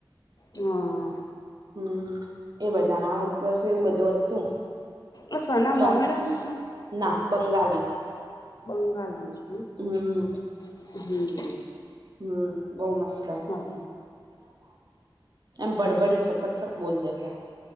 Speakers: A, on the left; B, on the right.
A: હા
B: હમ એ બધા ના હોય બસ એવું બધું હતું
A: આ સના
B: ક્યાં
A: મોમેડન છે
B: ના બંગાલન
A: બંગાલન છે
B: હમ
A: હમ
B: હમ બઉુ મસ્ત એ
A: સાર
B: એમ બડબડી છ ફટફટ બોલ દેશે